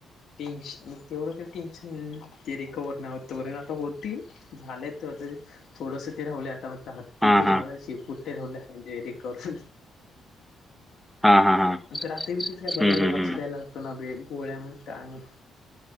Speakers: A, on the left; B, in the centre.
A: टेन्शन तेवढं काय टेन्शन? ते रिकवर नाही होतपर्यंत आता होतील, झालेत तो आता ते थोडंसं ते रावले आता म हात तिथ
B: हां हां
A: झालंय शिपुट्टेठल्या रवले रिकवर
B: हा हा हां.
A: रात्री बी तच काय बघायला
B: हं, हं,
A: लक्ष
B: हं.
A: द्यायला लागतो नाे गोळ्या म्हण काय म्हण?